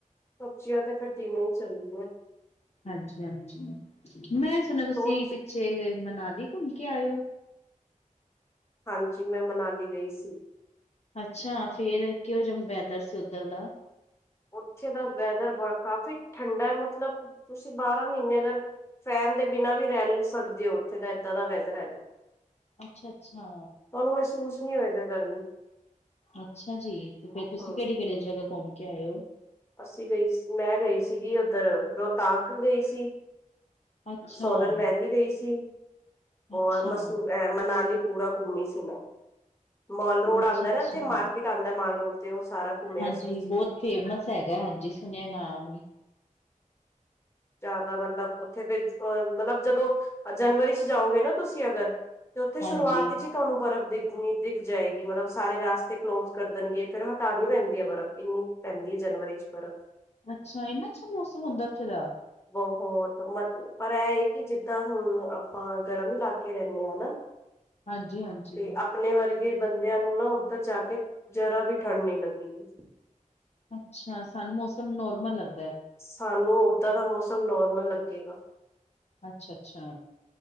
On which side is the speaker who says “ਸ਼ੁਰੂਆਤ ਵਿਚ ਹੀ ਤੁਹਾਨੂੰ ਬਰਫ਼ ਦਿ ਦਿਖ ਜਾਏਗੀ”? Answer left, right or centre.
Left